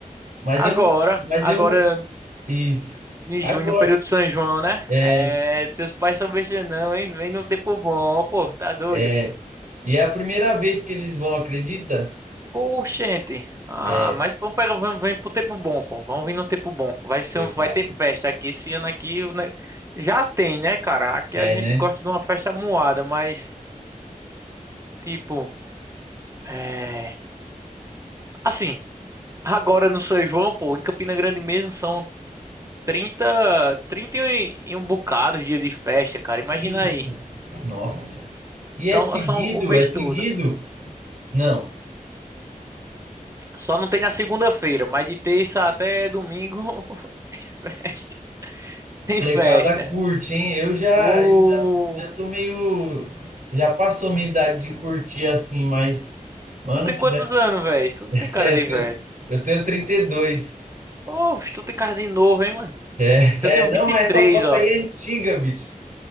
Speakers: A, on the right (about 70°); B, on the right (about 20°).
A: Mas
B: Agora,
A: eu, não- mas
B: agora
A: eu não. Isso.
B: em
A: Agora.
B: junho, período de São João, né?
A: é,
B: É, seus pais são besta não, hein? Vem no tempo bom, pô, tá doido?
A: É, e é a primeira vez que eles vão, acredita?
B: Oxente. Ah,
A: É,
B: mas vamos pegar, vamos, vem pro tempo bom, pô. Vamos vir no tempo bom. Vai ser,
A: legal.
B: um, vai ter festa aqui esse ano aqui, né? Já tem, né, cara? Aqui
A: É,
B: a gente
A: né?
B: gosta de uma festa moada, mas tipo, é, assim, agora no São João, pô, em Campina Grande mesmo são 30 30 e, um, e um bocado de dia de festa, cara. Imagina
A: Eita,
B: aí.
A: nossa. E
B: Então,
A: é seguido,
B: são o mês
A: é seguido?
B: todo.
A: Não,
B: Só não tem na segunda-feira, mas de terça até domingo, <laughs> festa.
A: a
B: Tem
A: molecada
B: festa.
A: curte, hein? Eu já,
B: Ô,
A: eu já, já tô meio, já passou minha idade de curtir assim, mas, mano,
B: Tu tem
A: tivesse,
B: quantos anos, velho? Tu
A: <laughs>
B: não tem cara
A: é,
B: de
A: eu tenho,
B: velho.
A: eu tenho 32.
B: Ô, tu tem cara de novo, hein, mano?
A: É,
B: Eu tenho
A: é, não,
B: vinte
A: mas
B: e três
A: essa foto
B: ó.
A: aí é antiga, bicho.